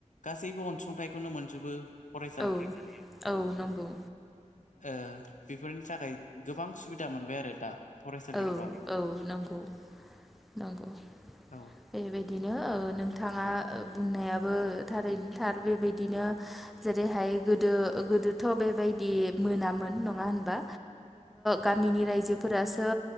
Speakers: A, on the left; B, in the centre.
A: गासैबो अनसुंथाइखौनो मोनजोबो फराय।
B: औ औ नंगौ।
A: ओ बेफोरनि थाखाय गोबां सुबिदा मोनबाय आरो दा। फरायसालिफ्राव
B: औ औ नंगौ
A: औ
B: बेबायदिनो। ओ नोंथाङा ओ बुंनायाबो थारैनो थार बेबायदिनो। जेरैहाय गोदो गोदोथ' बेबायदि मोनामोन। नङा ओमबा गामनि रायजोफोरा। ओ